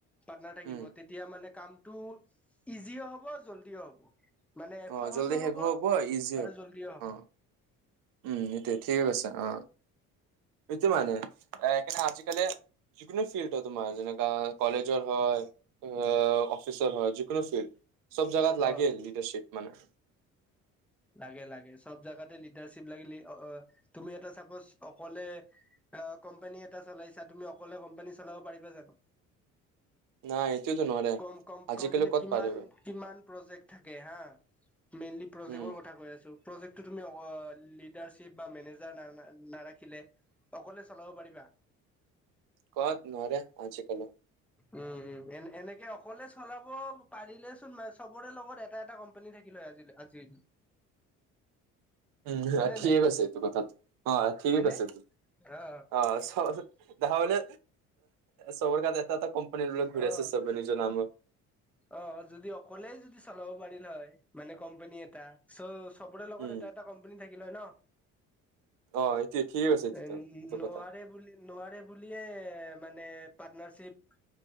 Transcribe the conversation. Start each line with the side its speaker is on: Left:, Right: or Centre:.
Centre: পাৰ্টনাৰ থাকিব
Right: উম,
Centre: তে- তিয়া মানে কামটো ইজিও হ'ব জল্দিও হ'ব। মানে
Right: অ',
Centre: সহজো
Right: জল্দি শেষ
Centre: হ'ব
Right: ইজি হ'ব।
Centre: আৰু জল্দিও হ'ব।
Right: অ', উম এইটোয় ঠিকেই কৈছা। অ সেইটো মানে সেইকাৰণে আজিকালি- যিকোনো ফিল্ডত তোমাৰ যেনেকা কলেজৰ হয়, অ' অফিচাৰ হয় যিকোনো ফিল্ড চব জাগাত লাগেই
Centre: অ
Right: লিডাৰশিপ মানে।
Centre: লাগে লাগে চব জোগাতে লিডাৰশ্বিপ লাগিলেই অ তুমি এটা চাপজ অকলে- অ' কোম্পানী এটা চলাইছা তুমি অকলে কোম্পানী চলাব পাৰিবা জানো?
Right: নাই এইটোতো নৰে
Centre: কম কম
Right: আজিকালি
Centre: কম্পানীত
Right: ক'ত
Centre: কিমান-
Right: পাৰিব
Centre: কিমান প্ৰজেক্ট থাকে হা? মেইনলি- প্ৰজেকৰ
Right: উম
Centre: কথা কৈ আছোঁ। প্ৰজেকটো তুমি অ লিডাৰিপ বা মেনেজাৰ না নাৰাখিলে, অকলে চলাব পাৰিবা?
Right: কত নোৱাৰে আজিকালি।
Centre: উম উম এন এনেকে অকলে চলাব পাৰিলে চোন মা- চবৰে লগত এটা এটা কোম্পানী থাকিলে হয় আজ আজি।
Right: উম
Centre: হয়নে
Right: ঠিকেই
Centre: নাই
Right: কৈছে কথাটো অ ঠিকে
Centre: হয়নে
Right: কৈছে
Centre: অ
Right: অ'- দেখা হলে চবৰ তাত এটা এটা কোম্পানী লৈ ঘূৰি
Centre: অ
Right: আছে চব নিজৰ নামত।
Centre: অ যদি অকলেই যদি চলাব পাৰিলে হয় মানে কোম্পানী এটা চ'- চবৰে লগত
Right: উম
Centre: এটা এটা কোম্পানী থাকিলে হয় ন'।
Right: অ এইটো ঠিকে কৈছে এইটো
Centre: নোৱাৰে
Right: এইটো কথা
Centre: বুলি- নোৱাৰে বুলিয়ে মানে পাৰ্টনাৰশ্বিপ-